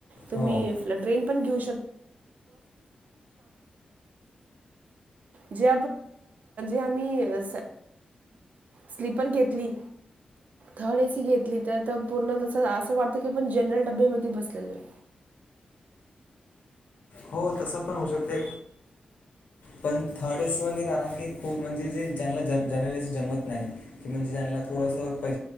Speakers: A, on the right; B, on the left.
A: तुम्ही
B: हो
A: ट्रेन खी जे आम्ही स्लीपर घेतली थर्ड एसी घेतली तर पूर्ण तस असं वाटत की पण जनरल डब्बे मध्ये बसलेलो आहे
B: हो तस पण होऊ शकते पण थडे कारण क ख म्हणजे ज ज जमत नाही की म्हणजे ज्यांना थोड पैा